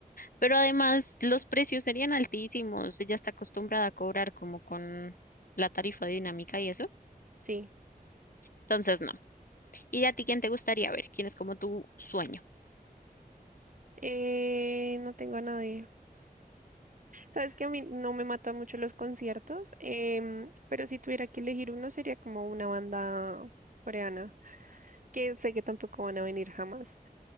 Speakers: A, on the left; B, on the right.
A: Pero además los precios serían altísimos. Ella está acostumbrada a cobrar como con la tarifa dinámica y eso.
B: sí.
A: Entonces, no. ¿Y a ti quién te gustaría ver? ¿Quién es como tu sueño?
B: Eh, no tengo a nadie. Sabes que a mí no me matan mucho los conciertos, Em, pero si tuviera que elegir uno sería como una banda coreana, que sé que tampoco van a venir jamás.